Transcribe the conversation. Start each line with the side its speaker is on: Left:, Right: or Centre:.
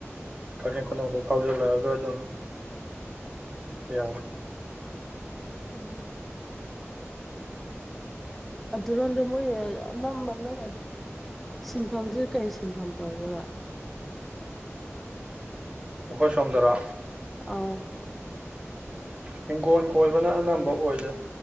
Right: ꯀꯛꯆꯤꯡ ꯈꯨꯅꯧꯗꯩ ꯐꯥꯎꯖꯤꯜꯂꯒꯗꯨꯝ ꯌꯥꯔꯦ
Centre: ꯎꯝ ꯑꯗꯨꯔꯣꯟꯗ ꯃꯣꯏ ꯑꯅꯝꯕ ꯗꯨꯝ ꯁꯤꯟꯐꯝꯁꯦ ꯀꯩ ꯁꯤꯟꯐꯝ ꯇꯧꯒꯦꯕ
Right: ꯑꯣꯈꯣꯏ ꯁꯣꯝꯗꯔꯣ
Centre: ꯑꯥꯎ
Right: ꯍꯤꯡꯒꯣꯟ ꯀꯣꯏꯕꯅ ꯑꯅꯝꯕ ꯑꯣꯏꯗ